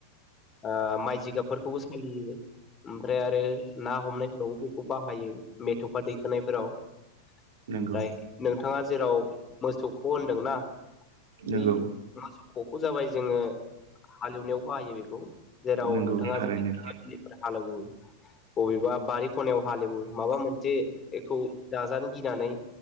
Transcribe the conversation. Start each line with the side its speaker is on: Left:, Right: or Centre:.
Left: ओ माइ जि जिगाबफोरखौबो सालियो ओमफ्राय आरो ना हमनायफोरावबो बेखौ बाहायो मेथ'खा दैखोनायफोराव
Right: नंगौ
Left: ओमफ्राय नोंथाङा जेराव मोसौ ख' होनदोंना
Right: नंगौ
Left: बै मोसौ ख'खौ जाबाय जोङो हालेवनायाव बाहायो बेखौ जेराव
Right: नंगौ
Left: न' आ
Right: थारैनो
Left: जुदि खोथियाथिलि हालौवो बबेबा बारि खनायाव हालौवो माबा मोनसे बेखौ जाजानो गिनानै